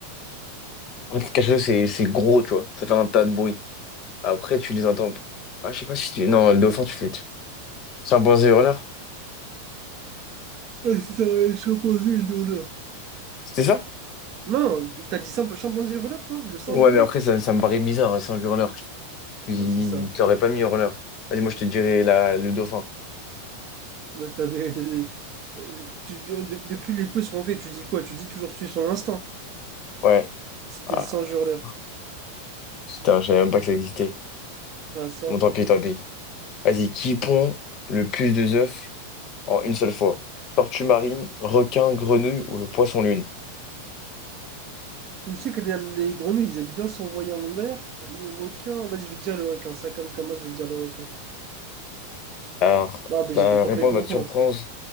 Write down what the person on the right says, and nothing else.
Ah, c'est ça, le chimpanzé et le hurleur.
Non, t'as dit simple chimpanzé hurleur, toi? Le singe
hurleur?
Bah c'est ça.
Bah t'avais. <laughs> euh, tu- tu- de- depuis les quiz qu'on fait, tu dis quoi? Tu dis toujours tuer son instinct.
C'était
le singe hurleur.
Ah, ça.
Je sais que les, les grenouilles, ils aiment bien s'envoyer en l'air. Les requins. Vas-y, je vais te dire les requins. Ça, comme comme moi, je vais te dire les requins.
Non, mais
j'étais complètement
con.